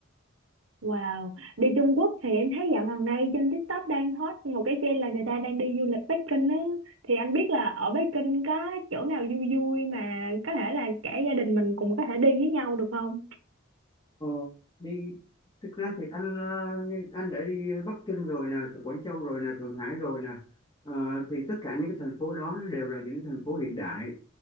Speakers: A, on the right (about 75°); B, on the left (about 20°).
A: Wow, đi Trung Quốc thì em thấy dạo gần đây trên TikTok đang hot một cái trend là người ta đang đi du lịch Bắc Kinh á. Thì anh biết là ở Bắc Kinh có chỗ nào vui vui mà có thể là cả gia đình mình cùng có thể đi với nhau được không?
B: Ờ, đi thực ra thì anh ờ, anh đã đi Bắc Kinh rồi nè Quảng Châu rồi nè Thượng Hải rồi nè Ờ, thì tất cả những cái thành phố đó nó đều là những cái thành phố hiện đại